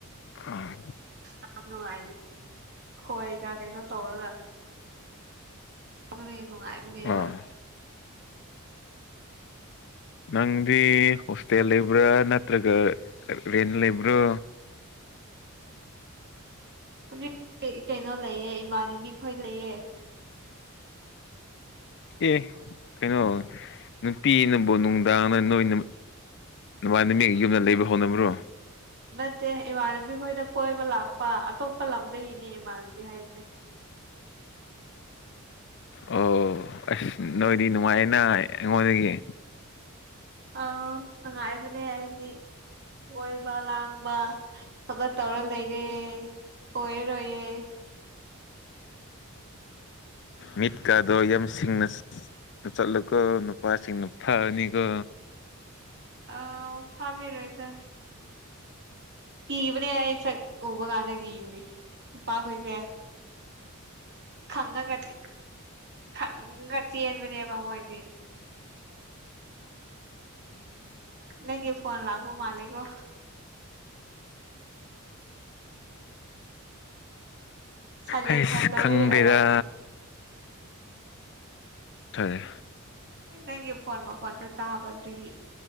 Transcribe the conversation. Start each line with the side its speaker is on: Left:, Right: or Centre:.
Left: ꯑ
Right: ꯌꯥꯝ ꯅꯨꯡꯉꯥꯏꯕ ꯈꯣꯏꯒ ꯀꯩꯅꯣ ꯇꯧꯔꯒ ꯗꯨꯗ ꯍ ꯅꯨꯡꯉꯥꯏꯕꯅꯦꯕ
Left: ꯑꯥ
Right: <unintelligible>
Left: ꯅꯪꯗꯤ ꯍꯣꯁꯇꯦꯜ ꯂꯩꯕ꯭ꯔꯥ ꯅꯠꯇ꯭ꯔꯒ ꯔꯦꯟ ꯂꯩꯕ꯭ꯔꯣ
Right: ꯍꯧꯖꯤꯛ ꯀꯩꯅꯣ ꯂꯩꯌꯦ ꯏꯃꯥꯟꯅꯕꯤ ꯈꯣꯏ ꯂꯩꯌꯦ <inaudible>
Left: ꯑꯦ ꯀꯩꯅꯩꯅꯣ ꯅꯨꯄꯤꯅꯕꯨ ꯅꯨꯡꯗꯥꯡ ꯅꯣꯏꯅ ꯃꯥ ꯅꯨ ꯃꯤ ꯌꯨꯝꯗ ꯂꯩꯕ ꯍꯧꯣꯅꯕ꯭ꯔꯣ
Right: ꯅꯠꯇꯦ ꯏꯃꯥꯟꯅꯕꯤ ꯈꯣꯏꯗ ꯀꯣꯏꯕ ꯂꯥꯛꯄ ꯑꯇꯣꯞꯄ ꯂꯝꯗꯒꯤꯅꯦ ꯃꯥꯜꯕꯤ ꯍꯥꯏꯁꯦ
Left: ꯑꯣ ꯑꯁ ꯅꯣꯏꯗꯤ ꯅꯨꯡꯉꯥꯏꯌꯦꯅ ꯑꯩꯉꯣꯟꯗꯒꯤ
Right: ꯑꯥ ꯅꯨꯡꯉꯥꯏꯕꯅꯦ ꯑꯩꯗꯤ ꯀꯣꯏꯕ ꯂꯥꯡ ꯕ ꯈꯇ ꯇꯧꯔ ꯂꯩꯔꯦ ꯀꯣꯏꯔꯔꯣꯏꯌꯦꯦ <unintelligible>
Left: ꯃꯤꯠꯀꯥꯗꯣ ꯌꯁꯤꯡꯅ ꯆꯠꯂꯀꯣ ꯅꯨꯄꯥꯥꯏꯁꯤꯡ ꯅꯨ ꯐꯥꯅꯤꯀꯣ
Right: ꯑ ꯐꯥꯕꯤꯔꯣꯦꯗ ꯒꯤꯕꯅꯦ ꯁ ꯑꯣ ꯋꯥ ꯀꯥꯗ ꯒꯤꯕꯅꯦ ꯇꯄꯥꯥꯈꯣꯏꯁꯦ ꯈꯪꯉ ꯀ ꯊꯔꯤ ꯈ ꯈꯔꯆꯤꯔꯕꯅꯦꯕꯃꯣ ꯑꯣꯏꯗꯤ ꯅꯪ ꯐꯣꯟ ꯂꯥꯛꯕ ꯃꯥꯂꯤꯒꯣ ꯁꯥꯏꯂꯦꯟ
Left: ꯍꯁ
Right: ꯊꯟꯗꯕꯒꯤ
Left: ꯈꯪꯗꯦꯗ
Right: ꯑꯣꯏꯔꯝꯅꯤ
Left: ꯐꯔ
Right: ꯅꯪꯒꯤ ꯐꯣꯟ ꯃꯈꯣꯟꯗ ꯇꯥꯕ ꯑꯗꯨꯒꯤ